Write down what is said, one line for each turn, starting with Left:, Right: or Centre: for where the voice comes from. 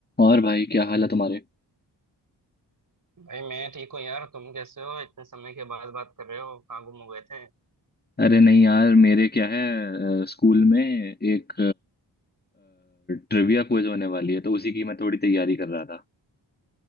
Left: और भाई क्या हाल है तुम्हारे
Right: भाई मैं ठीक हूँ यार तुम कैसे हो इतने समय के बाद बात कर रहे हो कहाँ गुम हो गए थे
Left: अरे नहीं यार मेरे क्या है अ, स्कूल में एक ट्रिविया क्विज होने वाली है तो उसी की मैं थोड़ी तैयारी कर रहा था